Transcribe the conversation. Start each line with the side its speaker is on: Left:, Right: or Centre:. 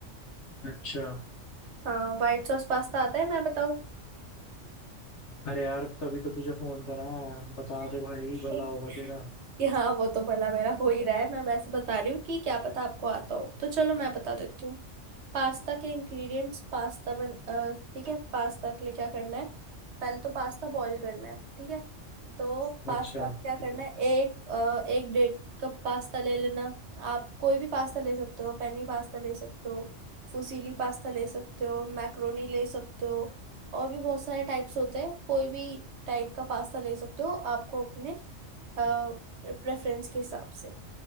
Left: अच्छा
Right: हाँ व्हाइट सॉस पास्ता आता है मैं बताऊं
Left: अरे यार तभी तो तुझे फोन करा है। बता
Right: नहीं।
Left: दे भाई भला होगा
Right: <laughs>
Left: तेरा
Right: कि हाँ वो तो भला मेरा हो ही रहा है मैं वैसे बता रही हूँ कि क्या पता आपको आता हो तो चलो मैं बता देती हूँ पास्ता के इंग्रेडिएंट्स पास्ता बन अ, ठीक है पास्ता के लिए क्या करना है पहले तो पास्ता बॉईल करना है ठीक है तो पास्ता
Left: अच्छा
Right: आप क्या करना
Left: अच्छा
Right: है एक अ, एक डेढ़ कप पास्ता ले लेना आप कोई भी पास्ता ले सकते हो पेनी पास्ता ले सकते हो फुसीली पास्ता ले सकते हो मैक्रोनी ले सकते हो और भी बहुत सारे टाइप्स होते हैं कोई भी टाइप का पास्ता ले सकते हो आपको अपने प्रेफरेंस के हिसाब से